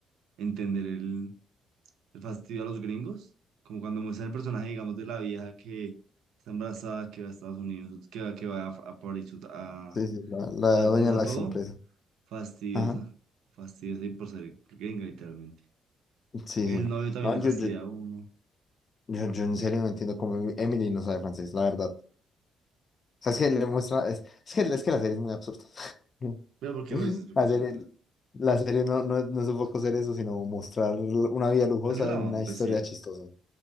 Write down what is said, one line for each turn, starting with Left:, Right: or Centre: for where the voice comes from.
Right: entender el, el fastidio a los gringos, como cuando muestran el personaje, digamos, de la vieja que está embarazada, que va a Estados Unidos, que va, que va a, a París a,
Left: Sí, sí, la, la
Right: a ver
Left: dueña
Right: cómo está
Left: de la
Right: todo,
Left: ex empresa.
Right: fastidiosa,
Left: Ajá.
Right: fastidiosa y por ser gringa, literalmente.
Left: Sí, sí.
Right: El novio también
Left: No,
Right: le fastidia
Left: yo, yo,
Right: a uno.
Left: yo, yo en serio no entiendo cómo Emily no sabe francés, la verdad. sea, es que le muestra, es, es que, es que la serie es muy absurda. <laughs>
Right: Pero ¿por qué lo dices? Porque
Left: La
Right: es
Left: serie,
Right: absurda.
Left: la serie no, no, no supo hacer eso, sino mostrar una vida lujosa,
Right: El drama,
Left: una
Right: pues
Left: historia
Right: sí.
Left: chistosa.